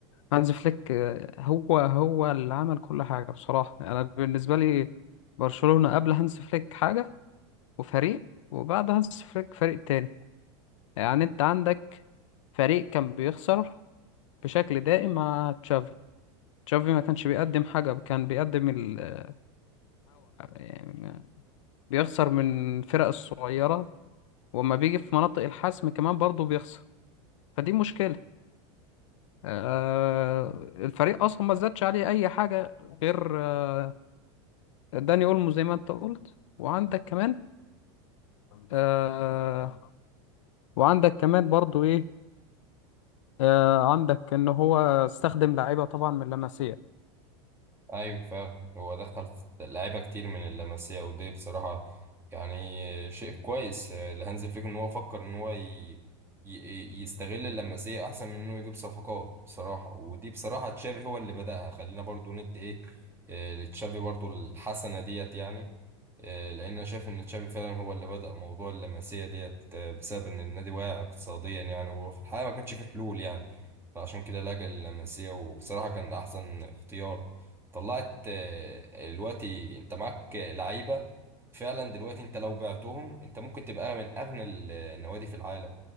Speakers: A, on the left; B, on the right.
A: هانز فليك آه، هو هو اللي عمل كل حاجة بصراحة انا بالنسبة لي برشلونة قبل هانز فليك حاجة وفريق وبعد هانز فليك فريق تاني يعني انت عندك فريق كان بيخسر بشكل دائم مع تشافي تشافي ما كانش بيقدم حاجة كان بيقدم الهوا يعني بيخسر من الفرق الصغيرة وما بيجي في مناطق الحسم كمان برضو بيخسر فدي مشكلة آه، الفريق اصلا ما زادش عليه اي حاجه غير آه، داني اولمو زي ما انت قلت وعندك كمان آه، وعندك كمان برضو ايه آه، عندك ان هو استخدم لعيبه طبعا من لاماسيا
B: ايوه فعلا هو دخل في لعيبه كتير من اللمسيه ودي بصراحه يعني شيء كويس لهانز فليك ان هو فكر ان هو ي... ي... يستغل اللمسيه احسن من انه يجيب صفقات بصراحه ودي بصراحه تشافي هو اللي بدأها خلينا برضو ندي ايه آه، لتشافي برضو الحسنه ديت يعني آه، لان انا شايف ان تشافي فعلا هو اللي بدأ موضوع اللمسيه ديت آه، بسبب ان النادي واقع اقتصاديا يعني وفي الحقيقه ما كانش فيه حلول يعني فعشان كده لجأ لللمسيه وبصراحه كان احسن اختيار طلعت آه، دلوقتي انت معاك لعيبه فعلا دلوقتي انت لو بعتهم انت ممكن تبقى من اغنى ال- النوادي في العالم